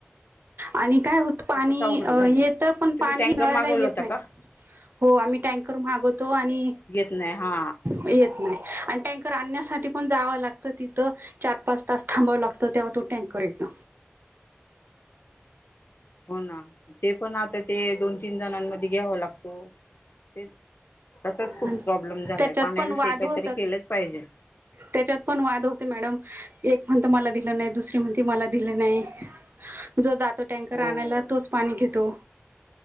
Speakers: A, on the right; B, on the left.
A: आणि काय होत पाणी
B: खूपच अवघड
A: अ
B: झालंय.
A: येत पण
B: तुम्ही
A: पाणी
B: टँकर
A: नळाला
B: मागवला
A: येत
B: होता
A: नाही.
B: का?
A: हो आम्ही टँकर मागवतो आणि
B: येत नाही हा
A: येत आणि टॅन्कर आणण्यासाठी पण जावं लागतं तिथं चार पाच तास थांबावं लागतं तेव्हा तो टॅन्कर करेक्ट
B: हो ना ते पण आता ते दोन तीन जणांमध्ये घ्यावा लागतं तेच तसाच खूप
A: त्याच्यात
B: प्रॉब्लेम झालाय पाण्याविषयी
A: पण वाद
B: काहीतरी
A: होतात.
B: केलंच पाहिजे.
A: त्याच्यात पण वाद होते मॅडम एक म्हणत मला नाही दुसर म्हणतो मला दिलं नाही जो जातो टँकर
B: हो
A: आणायला तोच पाणी घेतो.